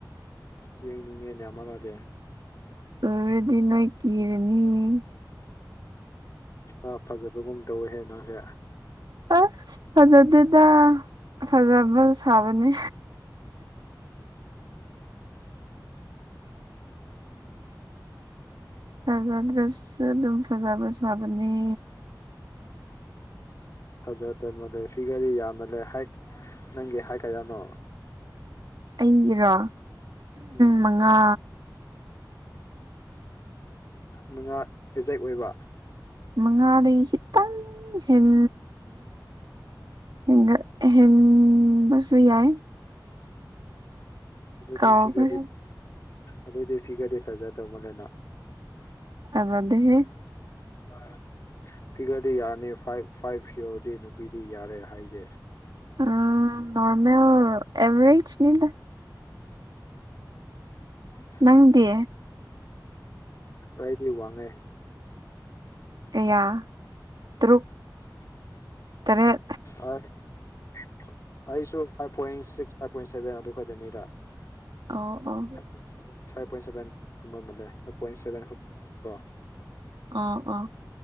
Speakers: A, on the left (about 45°); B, on the right (about 70°).
A: ꯌꯦꯅꯤꯡꯉꯦꯅꯦ ꯃꯃꯥꯗꯤ
B: ꯎꯔꯗꯤ ꯅꯣꯏ ꯀꯤꯔꯅꯤꯍꯦ
A: ꯑꯥ ꯐꯖꯕꯒꯨꯝ ꯇꯧꯋꯦ ꯍꯥꯢꯋꯦ ꯃꯥꯁꯦ
B: ꯑꯁ ꯐꯖꯗꯦꯗ ꯐꯖꯕ ꯁꯥꯕꯅꯤ ꯐꯖꯗ꯭ꯔꯁꯨ ꯑꯗꯨꯝ ꯐꯖꯕ ꯁꯥꯕꯅꯦ
A: ꯐꯖꯗꯕꯗꯩ ꯐꯤꯒꯔꯗꯤ ꯌꯥꯝꯃꯜꯂꯦ ꯍꯥꯢꯠ ꯅꯪꯒꯤ ꯍꯥꯢꯠ ꯀꯌꯥꯅꯣ
B: ꯑꯩꯒꯤꯔꯣ
A: ꯎꯝ
B: ꯃꯉꯥ
A: ꯃꯉꯥ ꯑꯦꯖꯦꯛ ꯑꯣꯏꯕ
B: ꯃꯉꯥꯗꯒꯤ ꯈꯤꯠꯇꯪ ꯍꯦꯟ ꯍꯦꯟꯒꯠ ꯑꯍꯦꯟꯕꯁꯨ ꯌꯥꯏ
A: ꯑꯗꯨꯗꯤ
B: ꯀꯥꯎꯒ꯭ꯔꯦ
A: ꯐꯤꯒꯔꯗꯤ ꯑꯗꯨꯗꯤ ꯐꯤꯒꯔꯗꯤ ꯐꯖ ꯗꯧꯕꯅꯦꯅ
B: ꯐꯖꯗꯦꯍꯦ
A: ꯑꯥ ꯐꯤꯒꯔꯗꯤ ꯌꯥꯔꯅꯤ ꯐꯥꯢꯚ ꯐꯥꯏꯚ ꯌꯧꯔꯗꯤ ꯅꯨꯄꯤꯗꯤ ꯌꯥꯔꯦ ꯍꯥꯢꯒꯦ
B: ꯑ ꯅꯣꯔꯃꯦꯜ ꯑꯦꯚꯔꯦꯖꯅꯤꯗ
A: ꯑꯥ
B: ꯅꯪꯗꯤ
A: ꯑꯩꯗꯤ ꯋꯥꯡꯉꯦ
B: ꯑꯌꯥ ꯇꯔꯨꯛ ꯇꯔꯦꯠ
A: ꯑꯥꯢꯑꯦꯠ ꯑꯩꯁꯨ five point six five point seven ꯑꯗꯨ ꯈꯛꯇꯅꯤꯗ
B: ꯑꯣ ꯑꯣ
A: five point seven five point seven ꯑꯃ ꯑꯃꯗꯩ ꯐꯥꯏꯚ ꯄꯣꯏꯟ ꯁꯚꯦꯟ ꯑꯣ
B: ꯑ ꯑ